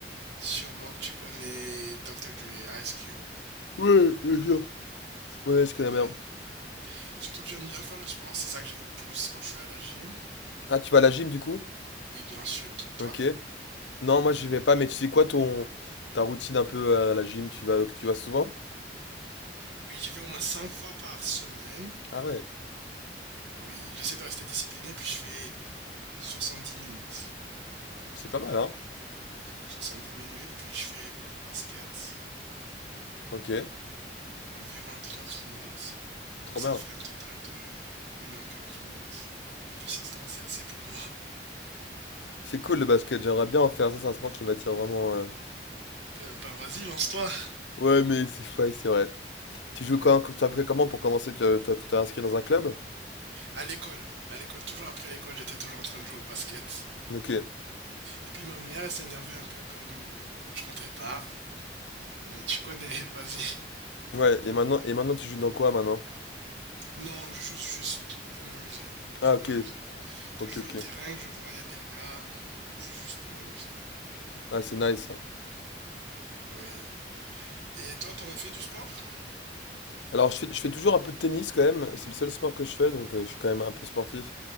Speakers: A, on the right; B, on the left.
A: sûrement que tu connais Dr. Dre, Ice Cube.
B: Ouais, bien sûr. Ouais, je connais
A: Oui.
B: bien.
A: Surtout que j'aime bien faire le sport, c'est ça que j'écoute plus quand je suis à la gym.
B: Ah, tu vas à la gym, du coup?
A: Oui, bien sûr. Et toi?
B: Ok. Non, moi, j'y vais pas, mais tu sais quoi, ton ta routine un peu euh, à la gym, tu vas, tu vas souvent?
A: Oui, j'y vais au moins 5 fois par semaine.
B: Ah ouais,
A: Oui, j'essaie de rester discipliné, puis je fais 70 minutes.
B: c'est pas mal, hein?
A: soixante dix minutes, puis je fais beaucoup de basket,
B: Ok,
A: environ 30 minutes.
B: trop
A: Donc ça
B: bien.
A: me fait un total de une heure quarante minutes. Puis c'est ça, c'est assez pour moi.
B: C'est cool le basket, j'aimerais bien en faire, ça, c'est un sport qui m'attire vraiment. euh.
A: Euh, ben vas-y, lance-toi.
B: Ouais, mais c'est chouette, c'est vrai. Tu joues
A: Euh,
B: quand, tu as appris comment pour commencer? Tu as- t'as- tu t'es inscrit dans un club?
A: à l'école, à l'école, toujours après l'école, j'étais toujours en train de jouer au basket.
B: Ok.
A: Et puis ma mère, elle s'énervait un peu comme je rentrais tard. Mais tu connais, <laughs> vas-y.
B: Ouais, et maintenant, et maintenant tu joues dans quoi maintenant?
A: Non, je joue juste pour m'amuser. Juste
B: Ah ok,
A: pour m'amuser. Quand
B: ok,
A: je
B: ok.
A: vais au terrain, que je vois, il y a des gars, je joue juste pour m'amuser.
B: Ah c'est nice ça.
A: Oui. Et toi, t'en as fait du sport?
B: Alors je fais, je fais toujours un peu de tennis quand même, et c'est le seul sport que je fais, donc euh, je suis quand même un peu sportif.